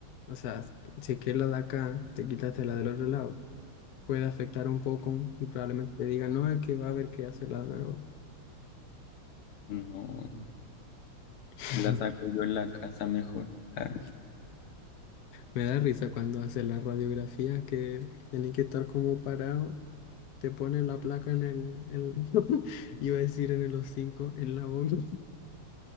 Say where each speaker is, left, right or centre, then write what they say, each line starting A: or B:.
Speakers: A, on the left; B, on the left.
A: o sea, si es que es la de acá, te quitaste la del otro lado, puede afectar un poco y probablemente te digan, no, es que va a haber que hacerla de nuevo.
B: No,
A: <laughs>
B: me la saco yo en la casa mejor. Ah,
A: Me da risa cuando hacen las radiografías que tenéis que estar como parado. te ponen la placa en el, en- <laughs> iba a decir en el hocico, en la boca.